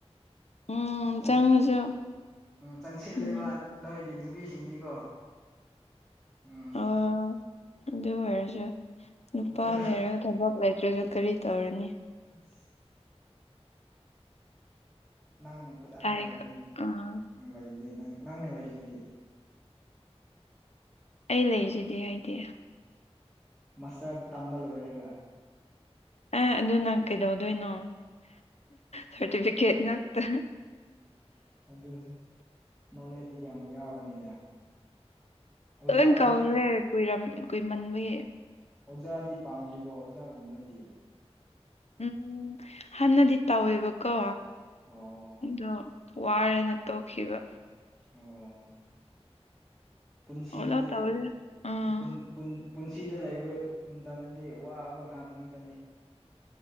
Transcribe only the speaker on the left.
ꯎꯝ
ꯆꯪꯉꯁꯨ
ꯎꯝ
ꯑꯣ ꯑꯗꯨ ꯑꯣꯏꯔꯁꯨ ꯅꯨꯄꯥ
ꯂꯩꯔꯒ ꯊꯕꯛ ꯂꯩꯇ꯭ꯔꯁꯨ ꯀꯔꯤ ꯇꯧꯔꯅꯤ꯫
ꯇꯥꯏ
ꯑꯥ
ꯑꯩ ꯂꯩꯔꯤꯁꯤꯗꯤ ꯍꯥꯏꯗꯤ
ꯑ ꯑꯗꯨ ꯅꯪ ꯀꯩꯗꯧꯗꯣꯏꯅꯣ ꯁꯥꯔꯇꯤꯐꯤꯀꯦꯠ ꯉꯥꯛꯇ
ꯂꯣꯏꯅ
ꯀꯧꯈ꯭ꯔꯦ ꯀꯨꯏꯔ ꯀꯨꯏꯃꯟꯕꯒꯤ꯫
ꯎꯝ ꯍꯥꯟꯅꯗꯤ ꯇꯧꯋꯦꯕꯀꯣ
ꯑꯗꯣ ꯋꯥꯔꯦꯅ ꯇꯣꯛꯈꯤꯕ
ꯑꯣꯂꯣ ꯇꯧꯔꯦ ꯑꯥ